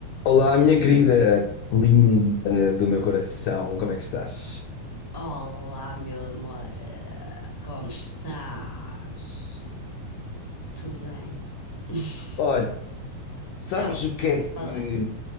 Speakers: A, on the left (about 80°); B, on the left (about 20°).
A: Olá, minha querida, linda do meu coração, como é que estás?
B: Olá, meu amor, como estás? Tudo bem? <laughs>
A: Olha, sabes
B: Então,
A: o que é
B: fala
A: que,
B: bem.